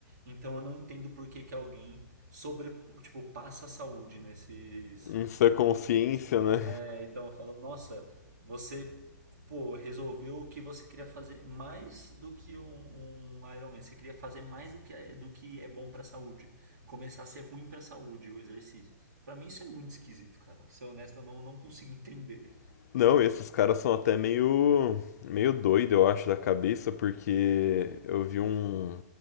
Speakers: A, on the right; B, on the left.
A: Então eu não entendo por que, que alguém sobre, tipo, passa a saúde nesses
B: Isso é consciência,
A: Nesse-
B: né?
A: é, então eu falo, nossa, você, pô, resolveu o que você queria fazer mais do que um, um Ironman. Você queria fazer mais do que é, do que é bom pra saúde. Começar a ser ruim pra saúde o exercício. Pra mim isso é muito esquisito, cara. Pra ser honesto, eu não, não consigo entender.
B: <laughs> Não, esses caras são até meio, meio doido, eu acho, da cabeça, porque eu vi um,